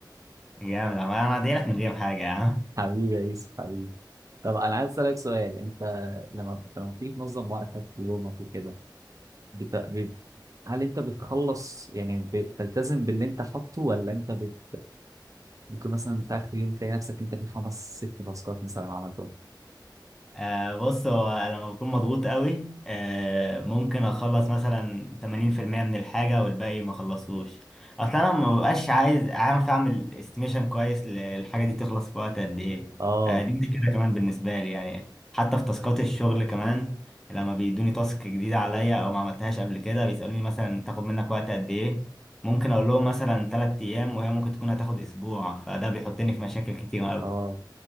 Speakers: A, in the centre; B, on the right.
A: جامد عم- انا هدعي لك من غير حاجه يا عم
B: حبيبي يا يوسف حبيبي طب انا عايز اسالك سؤال انت لما لما بتيجي تنظم وقتك في يومك وكده بت... ب... هل انت بتخلص يعني بتلتزم باللي انت حاطه ولا انت بت... ممكن مثلا في اخر يوم تلاقي نفسك انت في خمس ست تاسكات مثلا عملتهم
A: آه بص هو لما بكون مضغوط قوي آه ممكن اخلص مثلا 80% من الحاجة والباقي ما اخلصهوش اصلا انا ما ببقاش عايز اعرف اعمل استيميشن كويس للحاجة دي تخلص في وقت قد ايه
B: اه
A: آه دي مشكلة كمان بالنسبة لي يعني حتى في تاسكات الشغل كمان لما بيدوني تاسك جديدة عليا او ما عملتهاش قبل كده بيسألوني مثلا تاخد منك وقت قد ايه ممكن اقول لهم مثلا 3 ايام وهي ممكن تكون هتاخد اسبوع فده بيحطني في مشاكل كتير قوي
B: اه